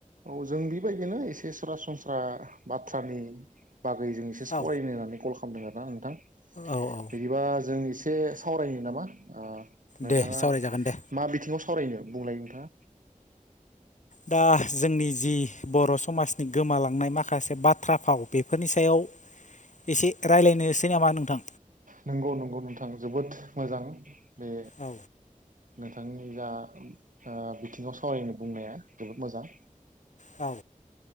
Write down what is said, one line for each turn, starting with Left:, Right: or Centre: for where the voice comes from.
Right: औ जों बेबायदिनो एसे सरासनस्रा बाथ्रानि बागै जों एसे सावरायनो
Left: औ
Right: होननानै कल खालामदों आरोना नोंथां
Left: औ औ
Right: बिदिबा जों ए से सावरायो नामा ओ नोंथाङा
Left: दे सावरायजागोन दे
Right: मा बिथिङाव सावरायनो बुंलाय नोंथाङा।
Left: दा जोंनि जि बर' समाज गोमालांनाय माखासे बाथ्रा फाव बेफोरनि सायाव एसे रायलायनोसै नामा नोंथां?
Right: नंगौ नंगौ नोंथां जोबोद मोजां‌। बे
Left: औ
Right: नों थांनि जा ओ बिथिङाव सावरायनो बुंनाया जोबोद मोजां।
Left: औ